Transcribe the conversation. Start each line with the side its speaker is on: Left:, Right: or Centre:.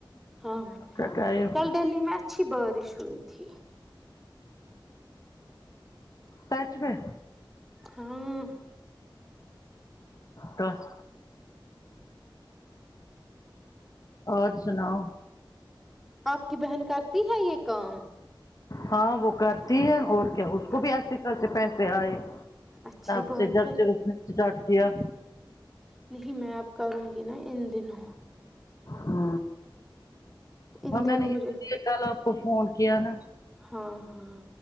Centre: ہاں
Left: اپنا ٹائم
Centre: کل دہلی میں اچھی بارش ھوی تھی
Left: سچ میں
Centre: ہاں
Left: توس اور سناؤ
Centre: آپ کی بہن کرتی ہے یہ کام
Left: ہاں وہ کرتی ہے اور کیا اس
Centre: ہاں
Left: کو بھی اچھے خا سے پیسے آئے
Centre: اچھی
Left: تب
Centre: بات
Left: سے جب
Centre: ہے
Left: سے اسٹارٹ کیا
Centre: نہیں میں آپ کروں گی نا ان دنوں
Left: ہ
Centre: ان
Left: ہاں
Centre: دنوں
Left: میں نے اسی
Centre: مجھے
Left: لیے کل آپ کو فون کیا نا
Centre: ہاں ہاں